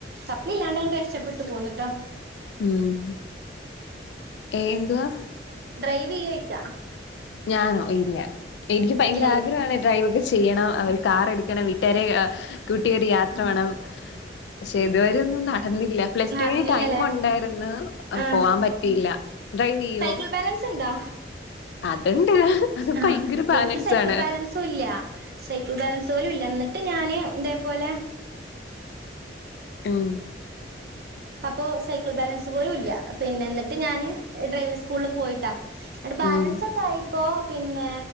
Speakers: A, on the right; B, on the left.
A: സപ്ലി ഇല്ലാണ്ട്‌ ഇങ്ങെട്ട് രക്ഷപ്പെട്ട് പോന്നിട്ടോ
B: ഉം ഏന്തുവാ
A: ഡ്രൈവ് ചെയ്യോച്ചാ
B: ഞാനോ ഇല്ല എനിക്ക് ഭയങ്കര
A: ഇല്ലല്ലേ
B: ആഗ്രഹവാണ് ഡ്രൈവൊക്കെ ചെയ്യണം അവര് കാർ എടുക്കണം വീട്ടുകാരെ അ കൂട്ടിയൊരു യാത്ര പോണം പക്ഷെ ഇതുവരെ ഒന്നും നടന്നില്ല പ്ലസ്
A: നടന്നില്ലല്ലേ
B: ടുവിന് ടൈമൊണ്ടായിരുന്നു
A: ആഹ്
B: പോവാൻ പറ്റ പറ്റിയില്ല ഡ്രൈവ് ചെയ്യോ
A: സൈക്കിൾ ബാലൻസ്ണ്ടാ
B: <inaudible> അത്
A: ആഹ്
B: ഭയങ്കര ബാലൻസ്
A: എനിക്ക് സൈക്കിൾ
B: ആണ്
A: ബാലൻസുല്ല സൈക്കിൾ ബാലൻസ് പോലും ഇല്ലന്നിട്ട് ട്ട് ഞാന് ഇതേപോലെ
B: ഉം
A: അപ്പോ സൈക്കിൾ ബാലൻസ് പോലും ഇല്ല പിന്നെന്നിട്ട് ഞാന് ഡ്രൈവിംഗ് സ്കൂളില് പോയിട്ടാ ങ്ങട്ട് ബാലൻസ്
B: ഉം
A: ഒക്കെ ആയിപ്പോ പിന്നെ